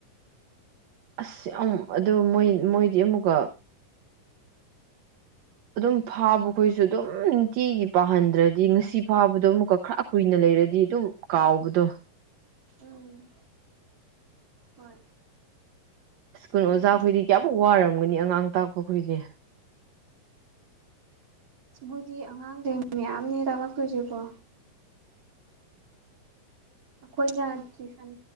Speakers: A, on the right; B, on the right.
A: ꯑꯁ ꯌꯥꯝ ꯑꯗꯨ ꯃꫭꯏ ꯃꯣꯏꯗꯤ ꯑꯃꯨꯛꯀ꯫ ꯑꯗꯨꯝ ꯐꯥꯕꯈꯣꯏꯁꯨ ꯑꯗꯨꯝ ꯅꯨꯡꯇꯤꯒꯤ ꯄꯥꯍꯟꯗ꯭ꯔꯗꯤ ꯉꯁꯤ ꯐꯥꯕꯗꯣ ꯑꯃꯨꯛꯀ ꯈꯔ ꯀꯨꯏꯅ ꯂꯩ꯫ ꯂꯩꯔꯗꯤ ꯑꯗꯨꯝ ꯀꯥꯎꯕꯗꯣ꯫
B: ꯎꯝ ꯍꯣꯏ꯫
A: ꯁ꯭ꯀꯨꯜ ꯑꯣꯖꯥꯈꯣꯏꯗꯤ
B: ꯃꯣꯏꯒꯤ
A: ꯀꯌꯥꯃꯨꯛ ꯋꯥꯔꯝꯒꯅꯤ ꯑꯉꯥꯡ ꯇꯥꯛꯄ ꯈꯣꯏꯗꯤ꯫
B: ꯕꯨꯗꯤ ꯑꯉꯥꯡ ꯃꯌꯥꯝꯅꯦ ꯇꯥꯛꯂꯛꯇꯣꯏꯁꯤꯕꯣ꯫ ꯑꯩꯈꯣꯏꯅ ꯇꯨꯏꯁꯟ